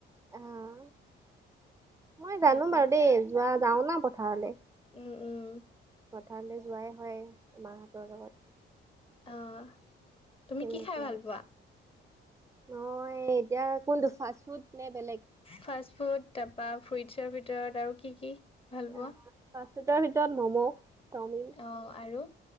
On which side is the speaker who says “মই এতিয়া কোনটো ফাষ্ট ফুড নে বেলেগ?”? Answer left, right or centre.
Right